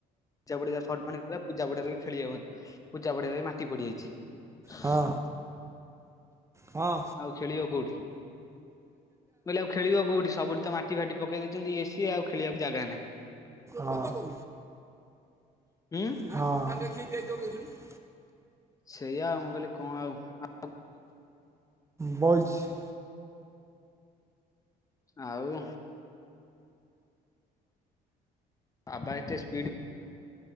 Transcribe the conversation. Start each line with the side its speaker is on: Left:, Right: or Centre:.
Left: ସେପଟେ ଯା ସ ମାନେ ରା ପୂଜା ପଡ଼ିଆରେ ବି ଖେଳି ହବନି। ପୂଜା ପଡ଼ିଆରେ ବି ମାଟି ପଡିଯାଇଛି।
Right: ହଁ ହଁ।
Left: ଆଉ ଖେଳିବ କୋଉଠି ମୁଁ କହିଲି ଆଉ ଖେଳିବ କୋଉଠି ସବୁଠି ତ ମାଟି ଫାଟି ପକେଇ ଦେଇଚନ୍ତି ଇଏ ସିଏ ଆଉ ଖେଳିବାକୁ ଜାଗା ନାହିଁ।
Right: ହଁ।
Left: ଉଁ?
Right: ହଁ।
Left: ସେଇଆ ମୁଁ କହିଲି କଁ ଆଉ ଆ
Right: ବଇଛି।
Left: ଆଉ ଆ ବାଇ ଟିଏ ସ୍ପିଡ୍